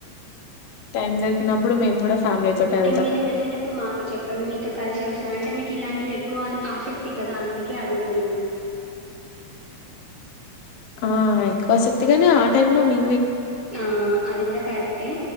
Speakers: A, on the left; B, on the right.
A: టైం దొరికినప్పుడు మేము కూడా ఫ్యామిలీ తోటి
B: ఓకే
A: వెళ్తాం
B: మీరు వెళ్ళేటప్పుడు మాకు చెప్పండి మీతో కలిసి వస్తా అంటే మీకు ఇలాంటి ఎక్కువ ఆసక్తి కదా అందుకే అడుగుతున్నాను
A: ఆ ఎక్కువ శక్తిగానే ఆ టై లో మీ
B: ఆ అది కూడా కరెక్టే